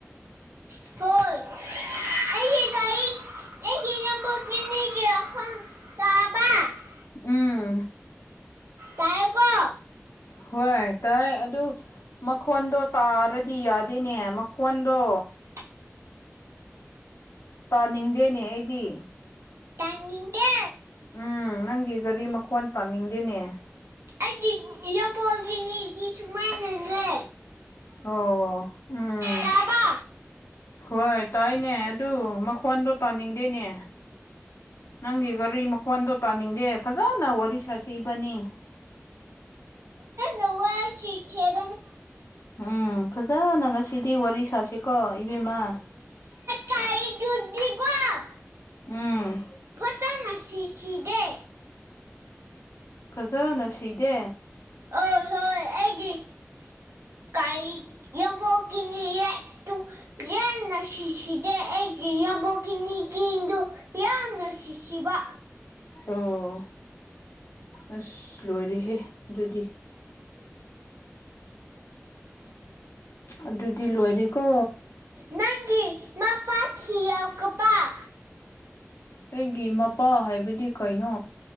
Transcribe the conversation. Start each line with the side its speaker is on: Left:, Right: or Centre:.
Right: ꯍꯣꯜ ꯑ ꯇꯕ
Left: ꯎꯝ
Right: ꯇꯥꯏꯀꯣ
Left: ꯍꯣꯏ ꯇꯥꯏ ꯑꯗꯨ ꯃꯈꯣꯟꯗꯣ ꯇꯥꯔꯗꯤ ꯌꯥꯗꯦꯅꯦ ꯃꯈꯣꯟꯗꯣ
Right: <unintelligible>
Left: ꯇꯥꯅꯤꯡꯗꯦꯅꯦ ꯑꯩꯗꯤ
Right: ꯇꯪꯅꯤꯡꯗꯦ
Left: ꯎꯝ ꯅꯪꯒꯤ ꯒꯥꯔꯤ ꯃꯈꯣꯟ ꯄꯥꯅꯤꯡꯗꯦꯅꯦ
Right: ꯑꯩꯒꯤ ꯌꯝꯕꯣꯜꯒꯤꯅꯤꯗꯤ ꯁꯨꯃꯥꯏꯅꯖꯦ
Left: ꯑꯣ ꯎꯝ
Right: ꯇꯥꯕ
Left: ꯍꯣꯏ ꯇꯥꯏꯅꯦ ꯑꯗꯨ ꯐꯣꯟꯗꯣ ꯇꯥꯅꯤꯡꯗꯦꯅꯦ ꯅꯪꯒꯤ ꯒꯥꯔꯤ ꯃꯈꯋꯥꯣꯟꯗꯣ ꯇꯥꯅꯤꯡꯗꯦ ꯐꯖꯅ ꯋꯥꯔꯤ ꯁꯥꯁꯤ ꯏꯕꯥꯅꯤ
Right: ꯅꯨꯡ
Left: ꯎꯝ ꯐꯖꯅ ꯉꯁꯤꯗꯤ ꯋꯥꯔꯤ ꯁꯥꯁꯤꯀꯣ ꯏꯕꯦꯝꯃ
Right: ꯀ ꯌꯒ
Left: ꯎꯝ
Right: ꯐꯠꯇꯅ ꯁꯤ ꯁꯤꯗꯦ
Left: ꯐꯖꯅ ꯁꯤꯗꯦ
Right: ꯑ ꯍꯣꯏ ꯑꯩꯒꯤ ꯀꯥꯏ ꯒꯅꯤꯨ ꯌꯦ ꯅꯁꯤꯁꯤꯗꯦ ꯑꯩ ꯀꯉꯕꯒꯤꯅꯤ ꯀꯗꯨ ꯌꯥ ꯅꯁꯤꯁꯤꯕ
Left: ꯑꯣ ꯑꯁ ꯂꯣꯏꯔꯦꯍꯦ ꯑꯗꯨꯗꯤ ꯑꯗꯨꯗꯨꯗꯤ ꯂꯣꯏꯔꯦꯀꯣ
Right: ꯅꯪꯒꯤ ꯃꯥ ꯄꯥꯊꯤꯎ ꯀꯄꯥꯥ
Left: ꯑꯩꯒꯤ ꯃꯄꯥ ꯍꯥꯏꯕꯗꯤ ꯀꯩꯅꯣ